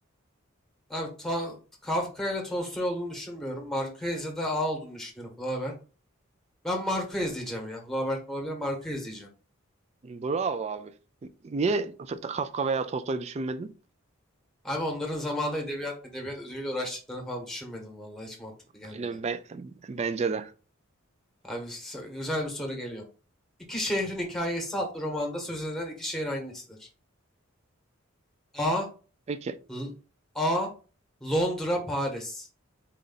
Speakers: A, in the centre; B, on the right.
A: Abi Ta- Kafka ile Tolstoy olduğunu düşünmüyorum. Marquez ya da A olduğunu düşünüyorum Flaubert. Ben Marquez diyeceğim ya. Flaubert mi olabilir? Marquez diyeceğim.
B: Bravo abi. Niye Kafka veya Tolstoy düşünmedin?
A: Abi onların zamanında edebiyat edebiyat ödülüyle uğraştıklarını falan düşünmedim vallahi hiç mantıklı gelmedi.
B: Aynen ben, bence de.
A: Abi s- güzel bir soru geliyor. İki Şehrin Hikayesi adlı romanda söz edilen iki şehir hangisidir? A.
B: Peki.
A: L- A. Londra, Paris.